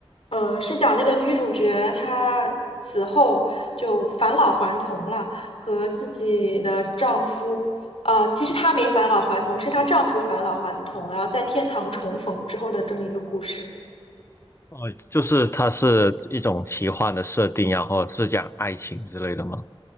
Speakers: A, on the left; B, on the left.
A: 呃是讲那个女主角她死后就返老还童了，和自己的丈夫。呃，其实她没返老还童，是她丈夫返老还童，然后在天堂重逢之后的这么一个故事。
B: 哦，就是它是一种奇幻的设定啊，然后是讲爱情之类的吗？